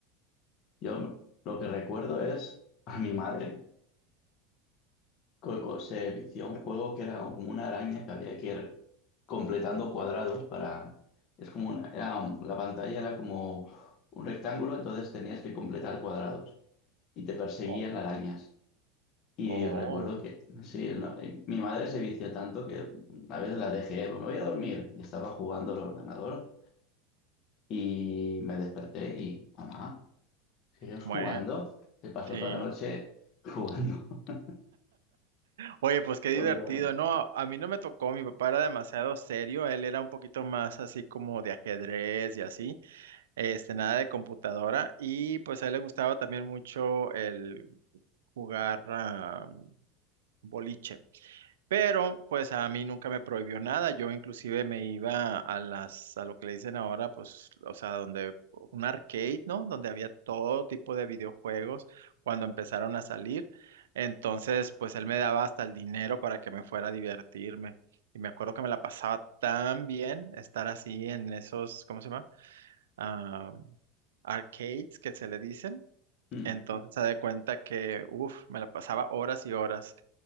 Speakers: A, on the left; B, on the right.
A: yo lo que recuerdo es a mi madre co- co- se vició un juego que era como una araña que había que ir completando cuadrados para... Es como una- era un- la pantalla era como un rectángulo, entonces tenías que completar cuadrados y te perseguían
B: Oh,
A: arañas. Y
B: oh,
A: recuerdo que, sí, no, eh, mi madre se vició tanto que a veces la dejé, "Pues me voy a dormir. Y estaba jugando al ordenador y me desperté y, mamá, ¿sigues
B: bueno,
A: jugando? Se pasó
B: sí.
A: toda la noche jugando, <laughs>
B: Oye, pues qué divertido.
A: la verdad.
B: No, a mí no me tocó, mi papá era demasiado serio, él era un poquito más así como de ajedrez y así. Este, nada de computadora. Y pues a él le gustaba también mucho el jugar ah, boliche. Pero pues a mí nunca me prohibió nada. Yo inclusive me iba a las, a lo que le dicen ahora, pues, o sea, donde un arcade, ¿no? Donde había todo tipo de videojuegos cuando empezaron a salir. Entonces, pues él me daba hasta el dinero para que me fuera a divertirme. Y me acuerdo que me la pasaba tan bien estar así en esos, ¿cómo se llama? ah, arcades que se le dicen.
A: Mm,
B: Entonces se da cuenta que, uff, me la pasaba horas y horas.